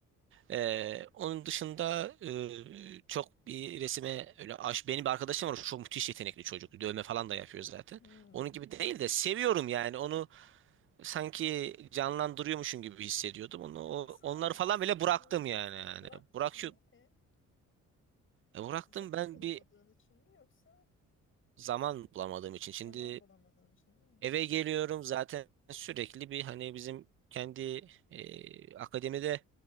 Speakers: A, on the right (about 45°); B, on the left (about 45°).
A: Ee, onun dışında e, çok bir resime öyle aş benim bir arkadaşım var çok müthiş yetenekli çocuk. Dövme falan da yapıyor zaten.
B: Hmm.
A: Onun gibi değil de seviyorum yani onu sanki canlandırıyormuşum gibi hissediyordum. Onu
B: E,
A: o-
B: aslında
A: onları
B: onu yapabilirsin.
A: falan bile bıraktım yani yani.
B: Bıraktın
A: Bırak
B: mı?
A: şu-
B: Niye?
A: e, bıraktım
B: Zaman
A: ben
B: bulamadığın
A: bir
B: için mi yoksa?
A: zaman bulamadığım için. Şimdi
B: Zaman bulamadığın için değil mi?
A: Eve geliyorum zaten sürekli bir hani bizim kendi e, akademide